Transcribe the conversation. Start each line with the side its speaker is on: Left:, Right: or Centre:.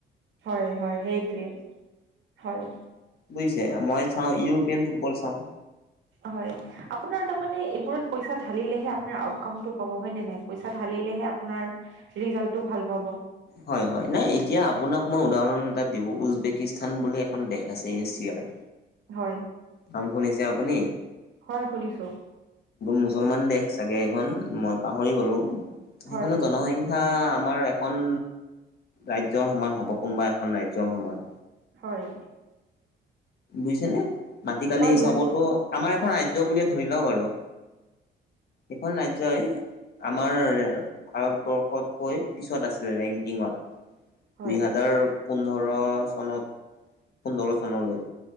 Right: হয় হয় সেইটোৱেই হয়।
Left: বুজিছে মই চাওঁ ইউৰোপীয়ান ফুটবল চাওঁ।
Right: হয় আপোনাৰ তাৰমানে এইবোৰত পইচা ঢালিলেহে আপোনাৰ আউটকামটো পাব হয়নে নাই পইচা ঢালিলেহে আপোনাৰ ৰিজাল্টটো ভাল পাব
Left: হয় হয় নাই এতিয়া আপোনাক মই উদাহৰণ এটা দিওঁ উজবেকিস্তান বুলি এখন দেশ আছে এছিয়াৰ
Right: হয়
Left: নাম শুনিছে আপুনি
Right: হয় শুনিছো
Left: মুছলমান দেশ চাগে এইখন মই পাহৰি গলো সেইখনত
Right: হয়
Left: জনসংখ্ কথা আমাৰ এখন ৰাজ্যৰ সমান হ'ব কোনোবা এখন ৰাজ্যৰ সমান
Right: হয়
Left: বুইছেনেে মাটিকালি
Right: হয়
Left: হিচাপতো
Right: বুজিছো
Left: আমাৰ এখন ৰাজ্য বুলিয়ে ধৰি লওক আৰু সেইখন ৰাজ্যই আমাৰ ভাৰতবৰ্ষতকৈ পিছত আছিলে ৰেংকিঙত
Right: হয়
Left: দুই হাজাৰ পোন্ধৰ চনত পোন্ধৰ চনলৈ